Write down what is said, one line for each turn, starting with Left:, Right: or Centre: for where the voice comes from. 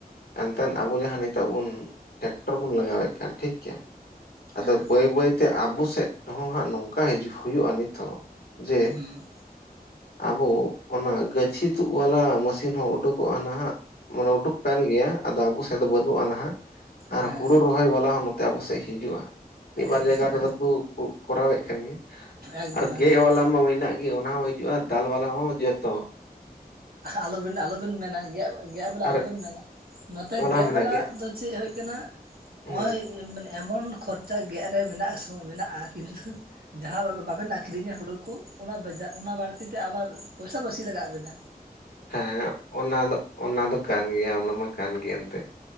Left: ᱮᱱᱛᱮᱱ ᱟᱵᱚ ᱡᱟᱦᱟᱸ ᱱᱤᱛᱚᱜ ᱵᱚᱱ ᱴᱮᱠᱴᱚᱨ ᱵᱚᱱ ᱞᱟᱜᱟᱣᱮᱫ ᱠᱟᱱ ᱴᱷᱤᱠ ᱜᱮᱭᱟ
Right: ᱦᱮᱸ
Left: ᱟᱫᱚ ᱵᱟᱹᱭ ᱵᱟᱹᱭ ᱛᱮ ᱟᱵᱚ ᱥᱮᱫ ᱦᱚᱸ ᱦᱟᱸᱜ ᱱᱚᱝᱠᱟ ᱦᱤᱡᱩᱜ ᱦᱩᱭᱩᱜᱼᱟ ᱱᱤᱛᱳᱜ ᱡᱮ
Right: <inaudible>
Left: ᱟᱵᱚ ᱚᱱᱟ ᱜᱟᱹᱪᱷᱤ ᱛᱩᱫ ᱵᱟᱞᱟ ᱢᱮᱥᱤᱱ ᱦᱚᱸ ᱩᱰᱩᱠᱚᱜᱼᱟ ᱱᱟᱦᱟᱜ ᱢᱟᱱᱮ ᱩᱰᱩᱠ ᱠᱟᱱ ᱜᱮᱭᱟ ᱟᱫᱚ ᱟᱵᱚ ᱥᱮᱫ ᱫᱚ ᱵᱟᱹᱱᱩᱜᱼᱟ ᱱᱟᱦᱟᱜ ᱟᱨ
Right: ᱦᱮᱸ
Left: ᱦᱩᱲᱩ ᱨᱚᱦᱚᱭ ᱵᱟᱞᱟ ᱦᱚᱸ ᱛᱮ ᱟᱵᱚ ᱥᱮᱫ ᱦᱤᱡᱩᱜᱼᱟ ᱢᱤᱫ ᱵᱟᱨ
Right: ᱮᱠᱫᱚᱢ
Left: ᱡᱟᱭᱜᱟ ᱨᱮᱫᱚ ᱠᱩ ᱠᱚᱨᱟᱣᱮᱫ ᱠᱟᱱ ᱜᱮᱭᱟ
Right: ᱮᱠᱫᱚᱢ
Left: ᱟᱨ ᱜᱮᱫ
Right: ᱮᱠᱫᱚᱢ
Left: ᱵᱟᱞᱟ ᱢᱟ ᱢᱮᱱᱟᱜ ᱜᱮ ᱚᱱᱟ ᱦᱚᱸ ᱦᱤᱡᱩᱜᱼᱟ ᱫᱟᱞ ᱵᱟᱞᱟ ᱦᱚᱸ ᱦᱤᱡᱩᱜ-ᱟ ᱛᱚ
Right: ᱟᱞᱚᱵᱤᱱ ᱟᱞᱚᱵᱤᱱ ᱢᱮᱱᱟ ᱜᱮᱫ ᱜᱮᱫ ᱵᱚᱞᱟ
Left: ᱟᱨ
Right: ᱟᱞᱚᱵᱤᱱ ᱢᱮᱱᱟ ᱱᱚᱛᱮ ᱜᱮᱫ
Left: ᱦᱚᱸ ᱢᱮᱱᱟᱜ
Right: ᱵᱟᱞᱟ
Left: ᱜᱮᱭᱟ
Right: ᱫᱚ ᱪᱮᱫ ᱦᱩᱭᱩᱜ ᱠᱟᱱᱟ
Left: ᱦᱩᱸ
Right: ᱱᱚᱜ-ᱚᱭ ᱮᱢᱚᱱ ᱠᱷᱚ ᱜᱮᱫ ᱨᱮ ᱢᱮᱱᱟᱜ ᱥᱚᱢᱚᱭ ᱢᱮᱱᱟᱜᱼᱟ ᱠᱤᱱᱛᱩ ᱡᱟᱦᱟᱸ ᱵᱟᱵᱮᱱ ᱟᱠᱷᱨᱤᱧᱟ ᱦᱩᱲᱩ ᱠᱚ ᱚᱱᱟ ᱚᱱᱟ ᱵᱟᱹᱲᱛᱤᱛᱮ ᱟᱵᱟᱨ ᱯᱚᱭᱥᱟ ᱵᱮᱥᱤ ᱞᱟᱜᱟᱜ ᱠᱟᱱᱟ
Left: ᱦᱮᱸ ᱚᱱᱟ ᱫᱚ ᱚᱱᱟ ᱫᱚ ᱠᱟᱱ ᱜᱮᱭᱟ ᱚᱱᱟ ᱢᱟ ᱠᱟᱱ ᱜᱮᱭᱟ ᱮᱱᱛᱮ